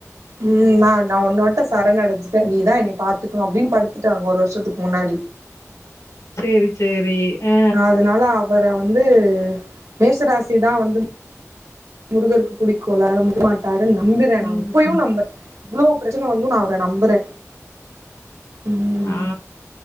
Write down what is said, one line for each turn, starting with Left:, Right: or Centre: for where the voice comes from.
Right: ம் நா நா ஒன்னோ ட்ட சரணடஞ்சிட்டே நீதா என்னய பாத்துக்கனு அப்டின் படுத்துட்டாங்க ஒரு வர்ஷத்துக்கு முன்னாடி
Left: சேரி சேரி ஆ
Right: அதனால அவர வந்து மேஷராசி தா வந்து முருகருக்கு பிடிக்கும்ல அதனால <inaudible> ட்டாருன் நம்புறே நா
Left: ம்
Right: இப்பயு நம்புறே இவ்ளோ பிரச்சன வந்து நா அவர நம்புறே ம்
Left: ஆ